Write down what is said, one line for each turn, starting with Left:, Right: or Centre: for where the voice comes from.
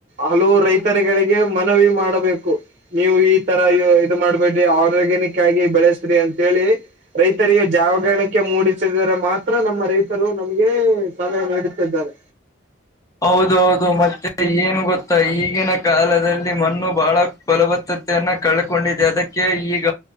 Right: ಹಲವು ರೈತರಗಳಿಗೆ ಮನವಿ ಮಾಡಬೇಕ್ ಕು ನೀವು ಈ ತರ ಇದು ಮಾಡ್ಬೇಡ್ರಿ ಆರ್ಗ್ಯನಿಕ್ ಆಗಿ ಬೆಳೆಸ್ರಿ ಅಂತ ಹೇಳಿ ರೈತರಿಗೆ ಜಾವಗಾಣಿಕೆ ಮೂಡಿಸಿದರೆ ಮಾತ್ರ ನಮ್ಮ ರೈತರು ನಮ್ಗೆ ಸಲಹೆ ನೀಡುತ್ತಿದ್ದಾರೆ.
Left: ಹೌದ ಹೌದು ಮತ್ತೆ ಏನು ಗೊತ್ತಾ ಈಗಿನ ಕಾಲದಲ್ಲಿ ಮಣ್ಣು ಬಹಳ ಫಲವತ್ತತೆಯನ್ನ ಕಳ್ಕೊಂಡಿದ್ದೆ ಅದಕ್ಕೆ ಈಗ